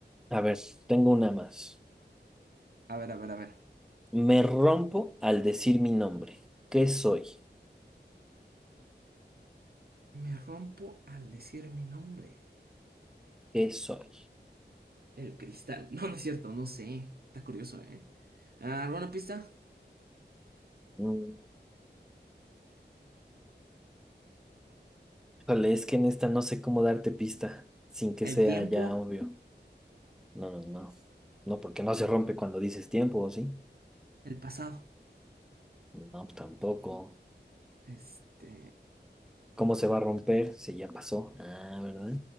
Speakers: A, in the centre; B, on the right.
A: A ver, tengo una más.
B: A ver, a ver, a ver.
A: Me rompo al decir mi nombre. ¿Qué soy?
B: Me rompo al decir mi nombre.
A: ¿Qué soy?
B: El cristal. No, no es cierto, no sé. Está curioso, ¿eh? Ah, ¿Alguna pista?
A: Mm, Híjole, es que en esta no sé cómo darte pista sin que
B: El
A: sea
B: tiempo,
A: ya obvio. No, no, no. No, porque no se rompe cuando dices tiempo, ¿o sí?
B: el pasado.
A: No, pues, tampoco.
B: Este,
A: ¿Cómo se va a romper? Si ya pasó. Ah, ¿verdad?